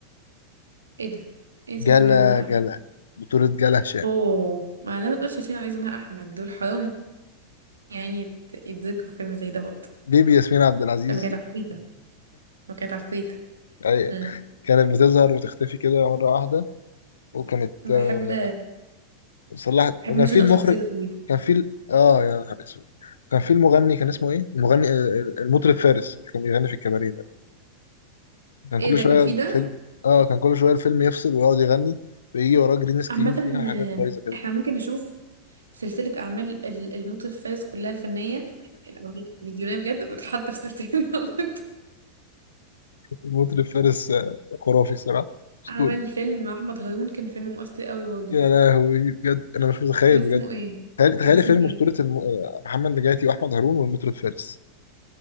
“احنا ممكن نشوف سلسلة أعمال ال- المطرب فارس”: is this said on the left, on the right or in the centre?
Right